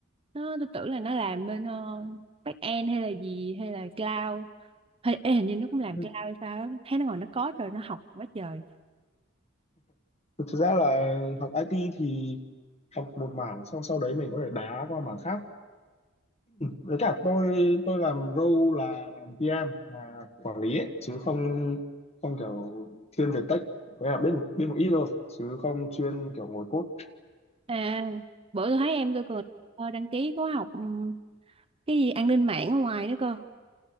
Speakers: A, on the right; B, on the left.
A: nó tôi tưởng là nó làm bên ờ, back end hay là gì hay là cloud hay ê, hình như nó cũng làm
B: Ừ.
A: cloud hay sao á. thấy nó ngồi nó code rồi nó học quá trời
B: thực ra là học IT thì học một mảng xong sau đấy mình có thể đá qua mảng khác với cả tôi tôi làm role là làm PM là quản lý ấy, chứ không không kiểu thiên về tech có nghĩa là biết một biết một ít thôi chứ không chuyên kiểu ngồi code
A: à bữa tôi thấy em tôi còn ờ, đăng ký khóa học ừm, cái gì an ninh mạng ở ngoài nữa cơ